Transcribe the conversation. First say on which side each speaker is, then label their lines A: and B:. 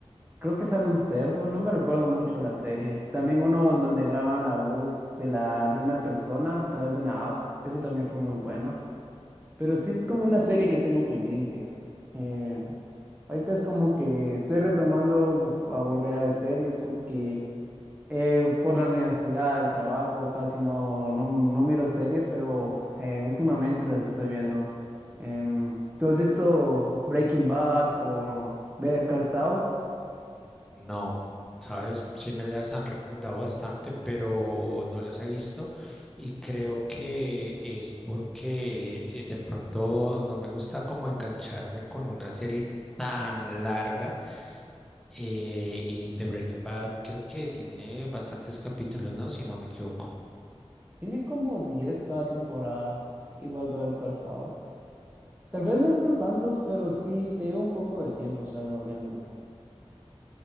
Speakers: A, on the right; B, in the centre.
A: creo que sale un cerdo, no me recuerdo mucho la serie. También uno en donde graban la voz de la de una persona a través de una app, eso también fue muy bueno. Pero sí es como una serie que tengo pendiente. Eh, ahorita es como que estoy retomando a volver a ver series porque eh, por la universidad, el trabajo, casi no, no, no miro series, pero eh, últimamente las estoy viendo. Em, ¿tú has visto Breaking Bad o Better Call Saul?
B: No, sabes, sí me las han recomendado bastante, pero no las he visto y creo que es porque eh, de pronto no me gusta como engancharme con una serie tan larga eh, y The Breaking Bad creo que tiene bastantes capítulos, ¿no? Si no me equivoco.
A: Tiene como diez cada temporada, igual Better Call Saul. Tal vez no son tantos, pero sí te lleva un poco de tiempo estarlo viéndolo.